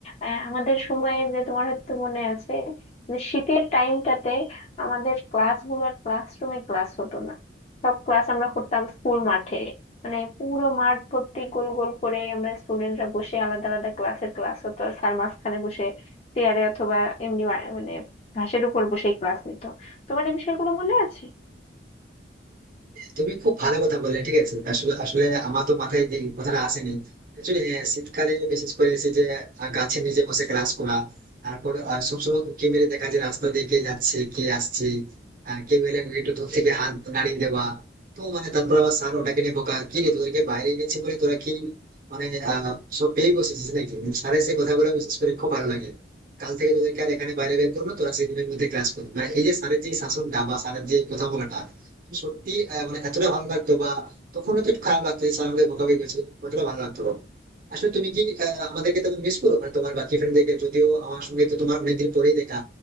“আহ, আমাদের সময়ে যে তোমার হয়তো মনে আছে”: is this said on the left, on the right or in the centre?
Left